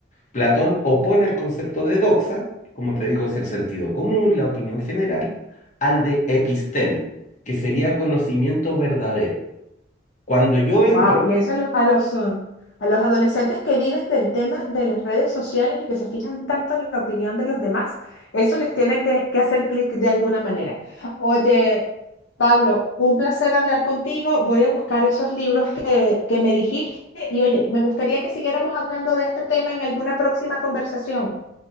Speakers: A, on the left; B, on the left.
A: Platón opone el concepto de doxa, como te digo, es el sentido común, la opinión general, al de episteme, que sería conocimiento verdadero. Cuando yo
B: Wow,
A: entro,
B: y eso a los, a los, eh, a los adolescentes que viven del tema de las redes sociales y que se fijan tanto en la opinión de los demás, eso les tiene que, que hacer clic de alguna manera. Oye, Pablo, un placer hablar contigo. Voy a buscar esos libros que, que me dijiste y oye, me gustaría que siguiéramos hablando de este tema en alguna próxima conversación.